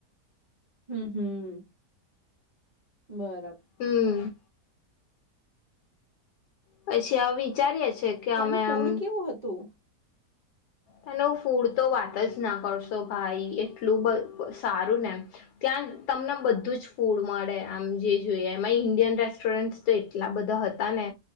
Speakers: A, on the right; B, on the left.
A: હમ હમ બરાબર
B: હમ પછી હ વિચાર્યા છે
A: કે
B: અમે
A: એનું ફુડ
B: આમ
A: કેવું હતું
B: ત્યાંનુ ફૂડ તો વાત જ ના કરશો ભાઈ એટલું બધ સારું ને એમ ત્યાં તમને બધું જ ફૂડ મળે આમ જે જોઈએ એમાં ઇન્ડિયન રેસ્ટોરન્ટ એટલા બધા હતા ને